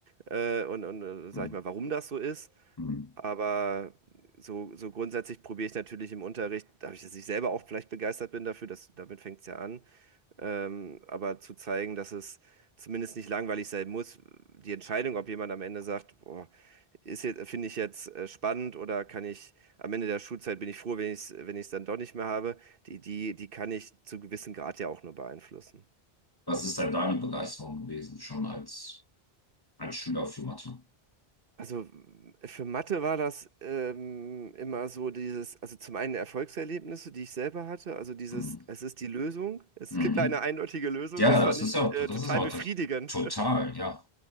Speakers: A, on the right; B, on the left.
A: äh, und, und äh, sag
B: Hm.
A: ich mal, warum das so ist.
B: Hm.
A: Aber so, so grundsätzlich probiere ich natürlich im Unterricht, dadurch, dass ich selber auch vielleicht begeistert bin dafür, dass, damit fängt es ja an, ähm, aber zu zeigen, dass es zumindest nicht langweilig sein muss. Die Entscheidung, ob jemand am Ende sagt, boah, ist jetzt, finde ich jetzt äh, spannend oder kann ich am Ende der Schulzeit bin ich froh, wenn ich es, wenn ich es dann doch nicht mehr habe, die, die, die kann ich zu gewissem Grad ja auch nur beeinflussen.
B: Was ist denn deine Begeisterung gewesen, schon als, als Schüler für Mathe?
A: Also für Mathe war das ähm, immer so dieses, also zum einen Erfolgserlebnisse, die ich selber hatte, also dieses,
B: Hm.
A: es ist die Lösung, es
B: Mhm.
A: gibt eine eindeutige Lösung,
B: Ja,
A: das fand
B: das
A: ich
B: ist ja, das
A: äh, total
B: ist ja auch
A: befriedigend.
B: das. Total,
A: <laughs>
B: ja.